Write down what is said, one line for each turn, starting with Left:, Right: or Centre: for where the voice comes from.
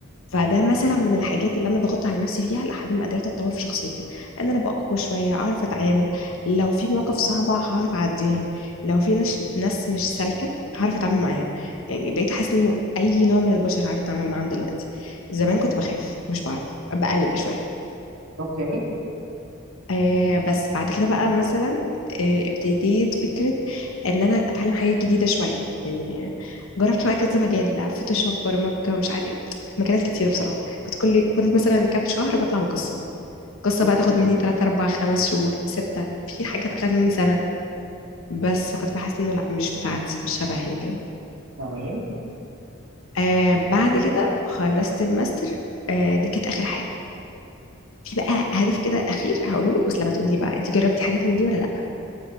Left: فده مثلا من الحاجات اللي انا ضغطت على نفسي فيها لحد ما قدرت اتطور في شخصيتي ان انا ابقى اقوى شويه اعرف اتعامل لو في مواقف صعبه هعرف اعديها لو في ناس ناس مش سالكه هعرف اتعامل معاها يعني بقيت احس انه اي نوع من البشر هعرف اتعامل معاهم دلوقتي زمان كنت بخاف مش بعرف بقلق شويه
Right: اوكي
Left: آه بس بعد كده بقى مثلا آه ابتديت فكرة ان انا اتعلم حاجات جديدة شوية يعني جربت بقى كذا مجال فوتوشوب برمجة مش عارف ايه مجالات كتيرة بصراحة كنت كل كل مثلا كام شهر بطلع بقصة قصة
Right: اوكي
Left: بقى تاخد مني 3 4 5 شهور 6 في حاجات اخدت مني سنة بس كنت بحس انه لا مش بتاعتي مش شبهي وكده
Right: تمام
Left: آه بعد كده خلصت الماستر آه دي كانت اخر حاجة في بقى هدف كده اخير هقوله لك بس لما تقولي بقى انت جربتي حاجات من دي ولا لا